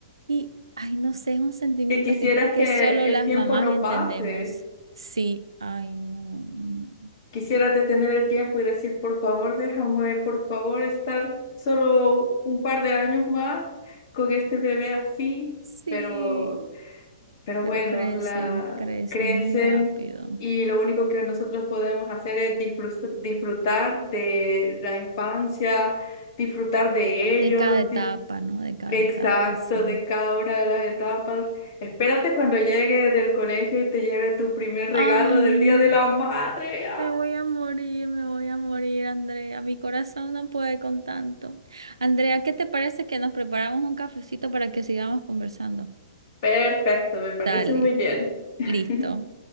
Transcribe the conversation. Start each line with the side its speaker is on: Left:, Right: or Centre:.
Right: Y, ay, no sé, es un sentimiento
Left: que quisieras
Right: que creo que
Left: que
Right: solo las
Left: el tiempo
Right: mamás
Left: no
Right: entendemos.
Left: pase.
Right: Sí, ay, no, no.
Left: Quisieras detener el tiempo y decir, por favor, déjame, por favor, estar solo un par de años más con este bebé así.
Right: Sí,
Left: Pero Pero
Right: pero
Left: bueno,
Right: crecen,
Left: la
Right: crecen
Left: crecen
Right: muy rápido.
Left: y lo único que nosotros podemos hacer es disfrut- disfrutar de la infancia, disfrutar de ellos,
Right: De cada etapa,
Left: di-
Right: ¿no? De cada
Left: exacto,
Right: etapa, sí.
Left: de cada una de las etapas. Espérate cuando llegue del colegio y te lleve tu primer regalo
Right: Ay,
Left: del
Right: no.
Left: Día de la Madre. ¡ah!
Right: Me voy a morir, me voy a morir, Andrea. Mi corazón no puede con tanto. Andrea, ¿qué te parece que nos preparamos un cafecito para que sigamos conversando?
Left: Perfecto, me parece
Right: Dale,
Left: muy bien. <laughs>
Right: listo.